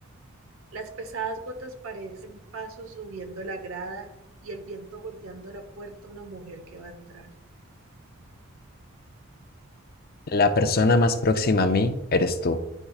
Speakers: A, on the right (about 65°); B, on the left (about 45°).
A: Las pesadas gotas parecen pasos subiendo la grada y el viento golpeando la puerta a una mujer que va a entrar.
B: La persona más próxima a mí eres tú,